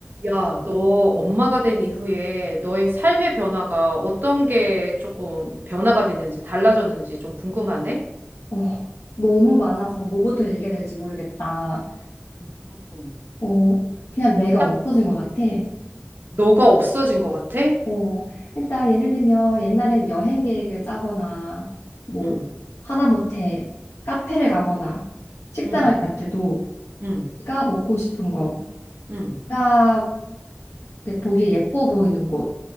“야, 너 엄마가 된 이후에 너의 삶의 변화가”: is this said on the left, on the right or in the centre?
Right